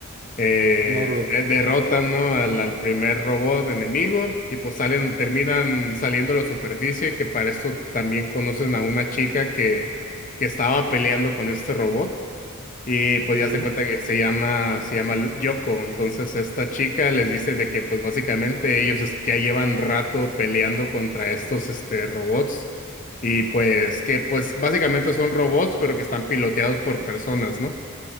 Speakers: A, on the left (about 40°); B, on the right (about 40°).
A: eh,
B: héroe.
A: de- derrotan, ¿no? al, al primer robot enemigo y pues salen, terminan saliendo a la superficie, que para esto también conocen a una chica que, que estaba peleando con este robot. Y pues
B: Ok.
A: ya se cuenta
B: Sí,
A: que se llama, se llama Lu- Yoko. Entonces esta chica les dice de que pues básicamente ellos es- ya llevan rato peleando contra estos este, robots. Y pues que pues básicamente son robots, pero que están piloteados por personas, ¿no?